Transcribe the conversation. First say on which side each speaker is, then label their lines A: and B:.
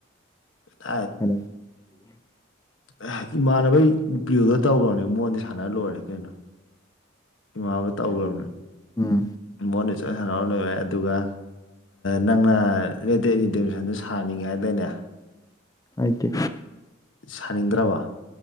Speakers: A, on the left (about 70°); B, on the left (about 15°).
A: ꯗ
B: ꯁꯥꯟꯅ
A: ꯑꯦ ꯏꯃꯥꯟꯅꯕꯩ ꯅꯨꯄꯤ꯭ꯔꯤꯌꯣꯗ ꯇꯧꯈ꯭ꯔꯕꯅꯦ ꯃꯉꯣꯟꯗꯤ ꯁꯥꯟꯅꯔ ꯂꯣꯏꯔꯦ ꯀꯩꯅꯣ ꯏꯃꯥꯕꯨ ꯇꯧꯈ꯭ꯔꯕꯅꯤ
B: ꯎꯝ
A: ꯃꯣꯟꯗꯁꯨ ꯁꯥꯟꯅꯔ ꯂꯣꯏꯔꯦ ꯑꯗꯨꯒ ꯅꯪꯅ ꯔꯇꯦꯁꯟꯗ ꯁꯥꯅꯤꯡꯉꯥꯏꯗꯅꯦ
B: ꯑꯥꯏ ꯇ
A: ꯁꯥꯅꯤꯡꯗ꯭ꯔꯕ